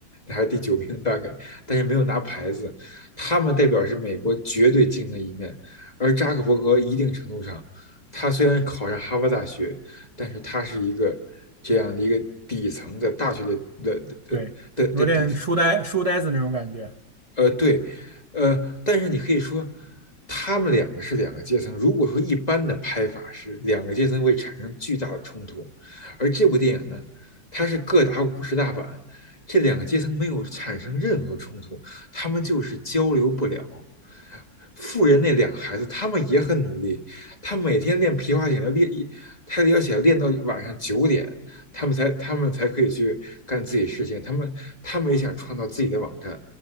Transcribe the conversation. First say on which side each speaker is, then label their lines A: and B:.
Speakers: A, on the left (about 20°); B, on the right (about 30°).
A: 还是第九名大概，但是没有拿牌子。他们代表是美国绝对精英的一面，而扎克伯格一定程度上，他虽然考上哈佛大学，但是他是一个这样的一个底层的大学的的的的的底层，
B: 对，有点书呆书呆子那种感觉。
A: 呃，对，呃，但是你可以说，他们两个是两个阶层。如果说一般的拍法是两个阶层会产生巨大的冲突，而这部电影呢，它是各打五十大板，这两个阶层没有产生任何冲突，他们就是交流不了。富人那两个孩子，他们也很努力，他每天练皮划艇要练一，他要想练到晚上九点，他们才他们才可以去干自己事情，他们他们也想创造自己的网站。